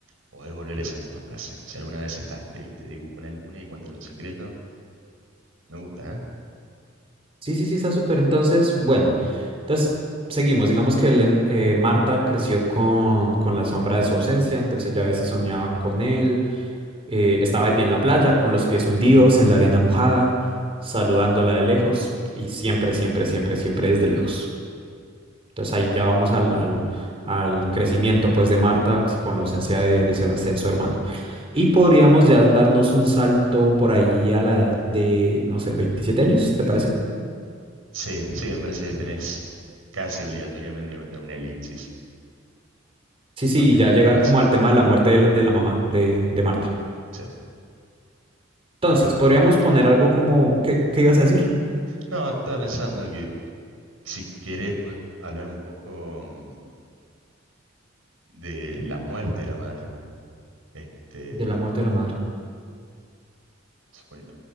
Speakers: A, on the right; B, on the right.
A: Podés volver a esa misma frase. Si alguna vez estás triste, dibujo una luna y cuéntale un secreto. Me gusta, ¿eh?
B: Sí, sí, sí, está súper. Entonces, bueno, entonces seguimos. Digamos que Len- eh, Marta creció con, con la sombra de su ausencia, entonces ella a veces soñaba con él Eh, estaba de pie en la playa, con los pies hundidos en la arena mojada, saludándola de lejos y siempre, siempre, siempre, siempre desde lejos. Entonces ahí ya vamos al, al, al crecimiento pues de Marta pues, con la ausencia de, de Sebastián, su hermano. Y podríamos ya darnos un salto por ahí a la edad de, no sé, 27 años, ¿te parece?
A: Sí, sí, me parece que tenés casi obligatoriamente que meter una elipsis,
B: Sí, sí,
A: ¿no? Que,
B: ya llegar
A: que pasa,
B: como al
A: ¿eh?
B: tema de la muerte de la, de la mamá de, de Marta.
A: sí.
B: Entonces,
A: Eh,
B: podríamos poner algo como, ¿qué, qué ibas a decir?
A: no, estaba pensando que si querés puedes hablar un poco mm, de la muerte de la madre. Este,
B: De la muerte de la madre.
A: supoñ-